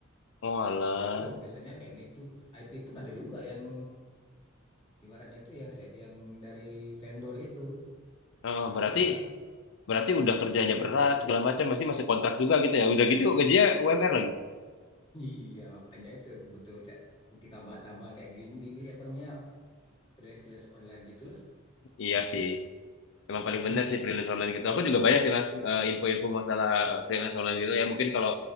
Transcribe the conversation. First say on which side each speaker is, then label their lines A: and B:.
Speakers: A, on the left; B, on the left.
A: Oh, alah.
B: Dia itu biasanya kayak gitu. IT pun ada juga yang ibaratnya itu yang se- yang dari vendor gitu.
A: Oh,
B: Ada
A: berarti
B: juga. <laughs>
A: berarti udah kerjanya berat segala macam masih masih kontrak juga gitu ya. Udah gitu gajinya UMR lagi.
B: Iya, makanya itu butuh cek butuh tambahan-tambahan kayak gini nih apa namanya freelance-freelance online gitulah.
A: Iya sih. Emang
B: Mm-mm.
A: paling bener sih freelance online gitu. Aku juga banyak sih Mas eh, info-info masalah eh, freelance online gitu ya. Mungkin kalau